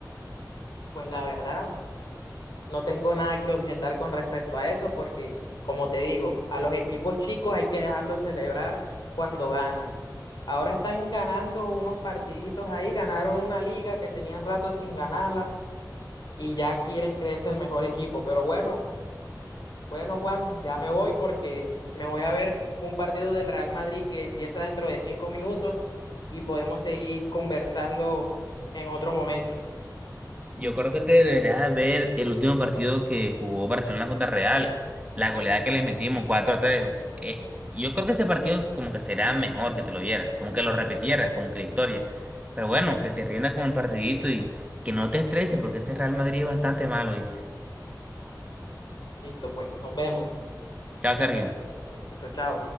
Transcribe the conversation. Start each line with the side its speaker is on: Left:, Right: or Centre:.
Left: Pues la verdad, No tengo nada que objetar con respecto a eso porque, como te digo, a los equipos chicos hay que dejarlos celebrar cuando ganan. Ahora están ganando unos partiditos ahí, ganaron una liga que tenían rato sin ganarla y ya quieren creerse el mejor equipo. Pero bueno, bueno Juan, ya me voy porque me voy a ver un partido del Real Madrid que empieza dentro de cinco minutos y podemos seguir conversando en otro momento.
Right: Yo creo que te deberías ver el último partido que jugó Barcelona contra Real. La goleada que le metimos, cuatro a tres Eh, yo creo que ese partido como que será mejor que te lo vieras, como que lo repitieras, como que la historia. Pero bueno, que te rinda con el partidito y que no te estreses porque este Real Madrid es bastante malo, ¿viste?
Left: Listo, pues, nos vemos.
Right: Chao, Sergio.
Left: Listo, chao.